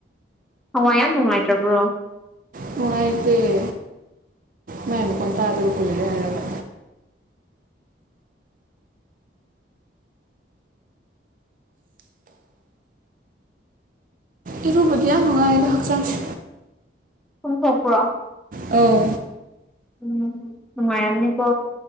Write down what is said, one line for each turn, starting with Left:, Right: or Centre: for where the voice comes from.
Centre: ꯊꯋꯥꯏ ꯌꯥꯝ ꯅꯨꯡꯉꯥꯏꯇ꯭ꯔꯕ꯭ꯔꯣ
Right: ꯅꯨꯡꯉꯥꯏꯇ‌ꯦ ꯃꯅꯥ ꯐ‌ꯣꯟ ꯄꯥꯏꯗꯕ ꯀꯨꯏꯔ‌ꯦ ꯍꯥꯏꯔꯒ ꯏꯔꯨꯕꯗꯤ ꯌꯥꯝ ꯅꯨꯡꯉꯥꯏꯌꯦꯗ ꯍꯛꯆꯥꯡꯁꯦ
Centre: ꯆꯨꯝꯊꯣꯛꯄ꯭ꯔꯣ
Right: ꯑꯧ
Centre: ꯎꯝ ꯅꯨꯡꯉꯥꯏꯔꯝꯅꯤꯀꯣ